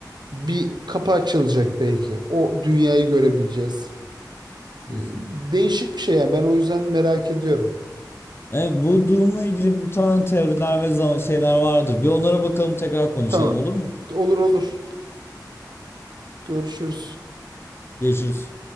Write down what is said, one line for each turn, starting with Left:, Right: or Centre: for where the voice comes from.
Right: bir kapı açılacak belki. O dünyayı görebileceğiz.
Left: <laughs>
Right: E, değişik bir şey yani ben o yüzden merak ediyorum.
Left: Evet, bu durumla ilgili muhtemelen teoriler ve za- şeyler vardır. Bir onlara bakalım tekrar konuşalım
Right: Tamam.
Left: olur mu?
Right: Olur olur. Görüşürüz.
Left: Görüşürüz.